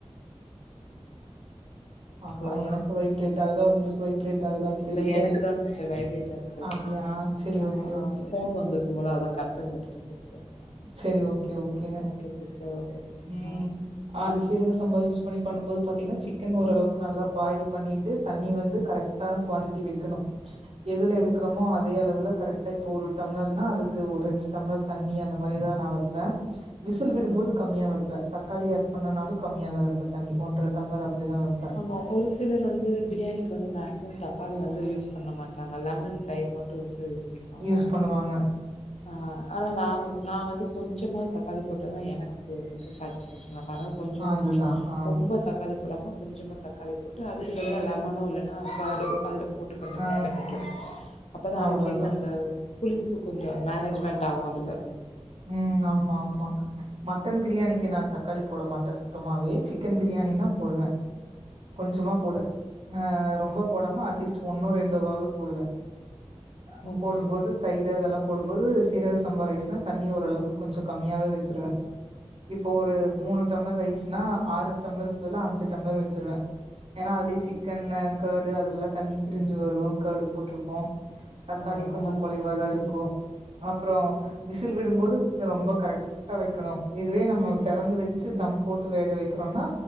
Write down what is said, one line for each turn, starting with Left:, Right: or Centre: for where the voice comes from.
Right: ஆஹா
Left: ஹலோ
Right: எனக்கு வைப்ரேட் ஆகுதா உங்களுக்கு வைப்ரேட் ஆகுதான் தெரியல
Left: இல்ல எனக்கு தா சிஸ்டர் வைப்ரேட் ஆச்சு
Right: அப்படியா சரி
Left: ஆ
Right: ஓகே ஓகே
Left: ஃபோன் வந்திருக்கும் போல அதா கட் பண்ணி விட்டுட்டே சிஸ்டர்
Right: சரி ஓகே ஓகேங்க
Left: ஓகே சிஸ்டர் ஓகே சிஸ்டர்
Right: உம்
Left: ஆ
Right: அது சீரக சம்பா யூஸ் பண்ணி பண்ணு போது பாத்தீங்கன்னா சிக்கன் ஓரளவுக் கு நல்லா பாயில் பண்ணிட்டு தண்ணி வந்து கரெக்ட்டான குவாண்டிட்டி வெக்கணு எதுல எடுக்கிறோமோ அதே அளவுல கரெக்டா இப்ப ஒரு டம்ளர்னா அதுக்கு ஒரு ரெண்டு டம்ளர் தண்ணி அந்த மாரி தா நா வெப்பே விசில் விடும்போது
Left: ஆ
Right: கம்மியா வெப்பே தக்காளி ஆட் பண்ணனாலு கம்மியா தா வெப்பை தண்ணி ஒன்ற டம்ளர் அப்டிதா வெப்பே
Left: ஆமா ஒரு சிலர் வந்து பிரியாணிக்கு வந்து மேக்சிமம் தக்காளி வந்து யூஸ் பண்ண மாட்டாங்க லெமன் தயிர் மட் டுஸ் தா யூஸ் பண்ணிப்பாங்க
Right: யூஸ் பண்ணுவாங்க
Left: அ ஆனா நா நா வந்து கொஞ்சமாக தக்காளி போட்டா தா எனக்கு கொஞ்ச சாட்டிஸ்ஃபேக்ஷன் <unintelligible> வர கொஞ்சம்
Right: அதுதா ஆ
Left: ரொம்ப தக்காளி போடாம கொஞ்சமா தக்காளி போட்டு அதுக்கு பதிலாக லெமனோ இல்லைனா கர்ட்டோ அதில போட்டு கொஞ்ச
Right: ஆ
Left: மிக்ஸ் பண்ணி விட்டுருவே <inaudible> அப்போ தா
Right: அவ்ளோதா
Left: அதுக்கேத்த அந்த புளிப்பு கொஞ்ச மேனேஜ்மெண்ட் ஆகு அதுல
Right: உம் ஆம்மா ஆம்மா மட்டன் பிரியாணிக்கு நா தக்காளி போட மாட்டே சுத்தமாவே சிக்கன் பிரியாணினா போடுவே கொஞ்சமா போட்ல அ ரொம்ப போடாம அட்லீஸ் ஒன்னோ ரெண்டுவாவ்து போடுவே உ
Left: ஓகே.
Right: போடும்போது தயிரூ அதெல்லா போடும்போது சீரக சம்பா ரைஸ்னா தண்ணி ஓரளவுக்கு கொஞ்சோ கம்மியாவே வெச்சுருவே இப்போ ஒரு மூணு டம்ளர் ரைஸ் நா ஆறு தம்ளர்பத்ல்ல அஞ்சு டம்ளர் வெச்சிருவே ஏன்னா அத்லே சிக்கன் அ கேடு அதுல்ல்லா தண்ணி பிரிஞ்சு வரு கேடு போட்ருப்போ தக்காளி
Left: ஆ
Right: கொஞ்சோ
Left: ஆமா
Right: கொலைவாதாருக்கோ
Left: சிஸ். ம்.
Right: அப்றோ விசில் விடும்போது தன் ரொம்ப கரெக்ட் டா வெக்கணு யிதுவே நம்ம தெறந்து வெச்சு தம் போட்டு வேக வைக்கிறோன்னா